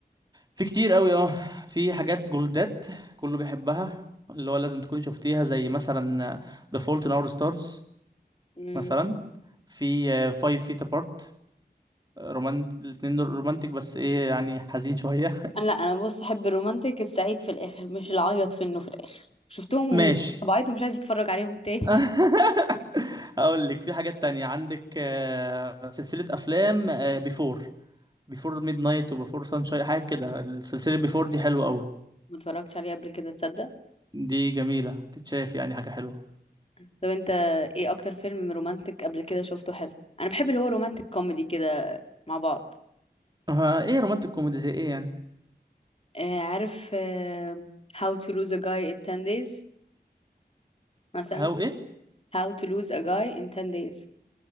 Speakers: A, on the right (about 25°); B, on the left (about 35°).
A: في كتير قوي اه في حاجات جولدات كله بيحبها اللي هو لازم تكون شفتيها زي مثلا The Fault in Our Stars
B: امم
A: مثلا في آه، Five Feet Apart رومانت الاتنين دول رومانتك بس ايه يعني حزين شويه
B: انا لا انا بص احب الرومانتك السعيد في الاخر مش العيط في انه في الاخر شفتهم
A: ماشي
B: وطبعيت ومش عايزه اتفرج عليهم تاني
A: <laughs>
B: <laughs>
A: هقول لك في حاجات تانية عندك آه، سلسله افلام بيفور بيفور ميد نايت وبيفور سانشاين حاجه كده السلسله بيفور دي حلوه قوي
B: ما اتفرجتش عليه قبل كده تصدق
A: دي جميله تتشاف يعني حاجه حلوه
B: طب انت ايه اكتر فيلم رومانتك قبل كده شفته حلو انا بحب اللي هو رومانتك كوميدي كده مع بعض
A: آه، ايه رومانتك كوميدي زي ايه يعني
B: آه عارف آه How to lose a guy in 10 days مثلا
A: هاو ايه
B: How to lose a guy in 10 days